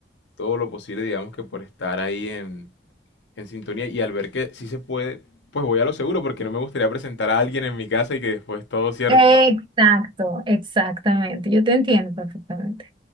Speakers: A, on the left (about 85°); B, on the right (about 25°).
A: todo lo posible, digamos que por estar ahí en, en sintonía y al ver que sí se puede, pues voy a lo seguro porque no me gustaría presentar a alguien en mi casa y que después todo cierto.
B: Exacto, exactamente. Yo te entiendo perfectamente.